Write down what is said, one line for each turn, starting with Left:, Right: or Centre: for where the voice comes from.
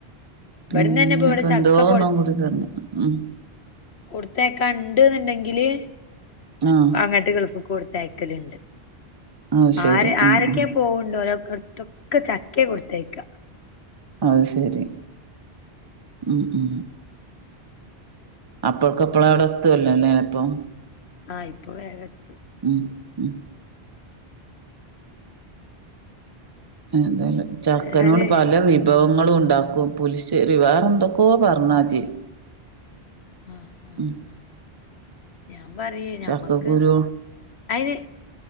Left: ഇവിടന്നന്നെ
Right: പിന്നെപ്പ
Left: ഇപ്പ ഇവിടെ ചക്ക
Right: എന്തോ ഒന്നൻ കൂടി തഞ്ഞ ഉ
Left: കൊടുത്തേക്കാണ്ഉണ്ട് എന്നുണ്ടെങ്കില്
Right: ആഹ
Left: അങ്ങാട്ടുഗെഫിക് കൊടുത്തയക്കലുണ്ട്
Right: അത് ശരി
Left: ആര്
Right: ആഹ്
Left: ആരൊക്കെയ
Right: ആഹ്
Left: പോകണ്ട ഓലോ ഇതൊക്കെ ചക്ക കൊടുത്തേക്ക
Right: അത് ശരി ഉ ഉ അപ്പൾക്കപ്പള അവിടെ എത്തുവല്ലോല്ല ഇപ്പം
Left: ആഹ് ഇപ്പൊ വേഗത്തു
Right: ഉം ഉം ഏതായാലും ചക്കനോട്
Left: ഏതായാലുവേ
Right: പല വീ വിഭവങ്ങളും ഉണ്ടാക്കും പുലിഷ ഒരു വേറെ എന്തൊക്കോ പറഞ്ഞാജേ
Left: ആഹ് ആഹ്
Right: ഉ
Left: ആഹ് ഞാൻ പറയേ ഞമ്മക്ക്
Right: ചക്കക്കുരു
Left: അയിന്